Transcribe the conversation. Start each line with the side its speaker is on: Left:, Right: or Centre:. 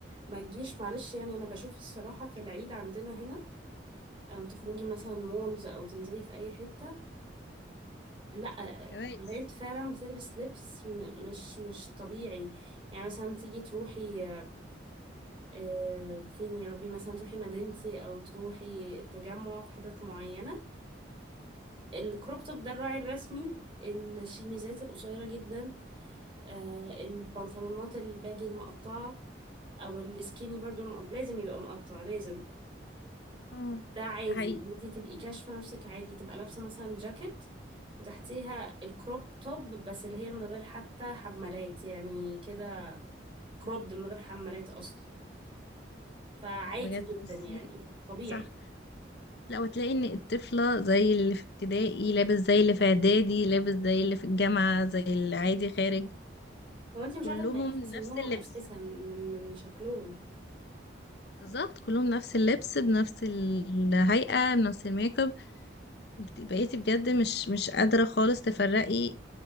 Right: ما تجيش معلش يعني انا بشوف الصراحه في العيد عندنا هنا او تخرجي مثلا مولز او تنزلي في اي حته لا
Left: كويس
Right: بنات فعلا بتلبس لبس م- مش مش طبيعي يعني مثلا تيجي تروحي آه، فين يا ربي مثلا تروحي مدينتي او تروحي التجمع في حتت معينه الكروب توب ده الراعي الرسمي الشيميزات القصيره جدا آه، البنطلونات الباجي المقطعه او السكيني برضو الم- لازم يبقى مقطع لازم
Left: مم.
Right: ده عادي
Left: ده حقيقي
Right: إن انت تبقي كاشفه نفسك عادي تبقى لابسه مثلا جاكيت وتحتيها الكروب توب بس اللي هي من غير حتى حمالات يعني كده كروبد من غير حمالات اصلا فعادي
Left: لا، بجد
Right: جدا
Left: بصي
Right: يعني طبيعي
Left: صح لا وتلاقي ان الطفلة زي اللي في ابتدائي لابس زي اللي في اعدادي لابس زي اللي في الجامعة زي اللي عادي خارج
Right: هو انت مش
Left: كلهم
Right: عارفه تميزي سنهم
Left: نفس اللبس
Right: اساسا من من شكلهم
Left: بالظبط كلهم نفس اللبس بنفس الهيئة بنفس الميك اب بت- بقيتي بجد مش مش قادرة خالص تفرقي